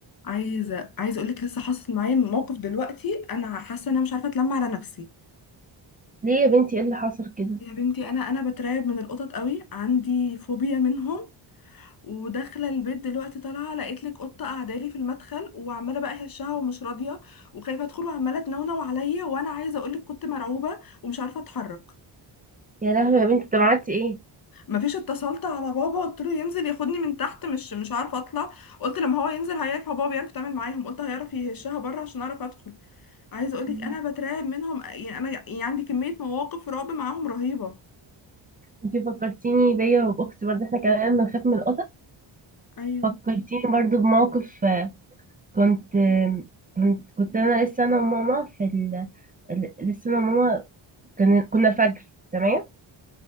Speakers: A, on the left; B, on the right.
A: عايزه عايزه اقول لك لسه حاصل معايا موقف دلوقتي انا حاسه ان انا مش عارفه اتلم على نفسي
B: ليه يا بنتي ايه اللي حصل كده
A: يا بنتي انا انا بترعب من القطط قوي عندي فوبيا منهم وداخله البيت دلوقتي طالعه لقيت لك قطه قاعده لي في المدخل وعماله بقى هشها ومش راضيه وخايفه ادخل وعماله تنونو عليا وانا عايزه اقول لك كنت مرعوبه ومش عارفه اتحرك
B: يا لهوي يا بنتي طب عملتي ايه
A: مفيش اتصلت على بابا قلت له ينزل ياخدني من تحت مش مش عارفه اطلع قلت لما هو ينزل هيعرف هو بابا بيعرف يتعامل معاهم قلت هيعرف يهشها بره عشان اعرف ادخل عايزه اقولك
B: مم.
A: انا بترعب منهم يعني انا يعني عندي كميه مواقف رعب معاهم رهيبه
B: انتي فكرتيني بيا وباختي برضه احنا كمان بنخاف من القطط
A: ايوه
B: فكرتيني برضه بموقف آه، كنت آه، كنت كنت انا لسه انا وماما في ال... ال- لسه انا وماما كان... كنا الفجر تمام